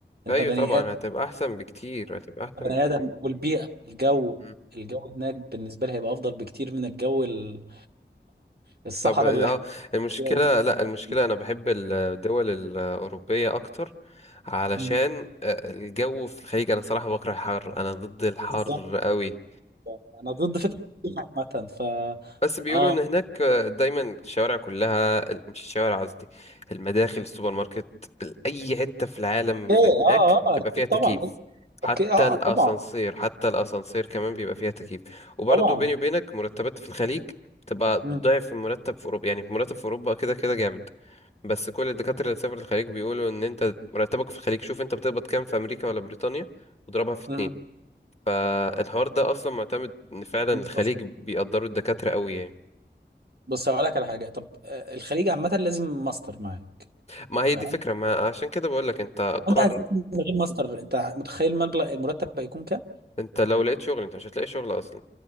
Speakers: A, on the right (about 60°); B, on the left (about 35°).
A: انت
B: ايوه
A: بني
B: طبعا
A: ادم
B: هتبقى احسن بكتير هتبقى احسن
A: بني
B: بكتير
A: ادم والبيئه الجو
B: مم.
A: الجو هناك بالنسبه لي هيبقى افضل بكتير من الجو ال- الصحراء
B: طب اه
A: اللي احنا
B: المشكلة
A: فيها دي
B: لا المشكلة
A: <laughs>
B: انا بحب الدول الاوروبية اكتر علشان
A: مم.
B: آه، الجو في الخليج انا صراحة بكره الحر انا ضد الحر
A: بالظبط
B: قوي
A: يعني انا ضد فكره الصيف عامه ف
B: بس بيقولوا
A: اه
B: ان هناك دايما الشوارع كلها مش الشوارع قصدي المداخل السوبر ماركت اي حته في العالم
A: اوكي
B: في
A: اه اه
B: هناك بتبقى
A: آه، اكيد
B: فيها تكييف
A: طبعا
B: حتى
A: اوكي اه
B: الاسانسير
A: آه، طبعا
B: حتى الاسانسير كمان بيبقى فيها تكييف وبرضه
A: طبعا
B: بيني وبينك مرتبات في الخليج تبقى
A: مم.
B: ضعف المرتب في اوروبا يعني في مرتب في اوروبا كده كده جامد بس كل الدكاتره اللي سافروا الخليج بيقولوا ان انت مرتبك في الخليج شوف انت بتقبض كام في امريكا ولا بريطانيا واضربها في اتنين
A: مم.
B: فالحوار ده اصلا معتمد ان فعلا
A: بص
B: الخليج بيقدروا الدكاتره قوي يعني
A: بص هقول لك على حاجه طب آه، الخليج عامه لازم ماستر معاك
B: ما هي
A: تمام
B: دي فكرة ما عشان كده بقول لك انت
A: وانت
B: قرر
A: عايز من غير ماستر انت متخيل مبلغ المرتب هيكون كام؟
B: انت لو لقيت شغل انت مش هتلاقي شغل اصلا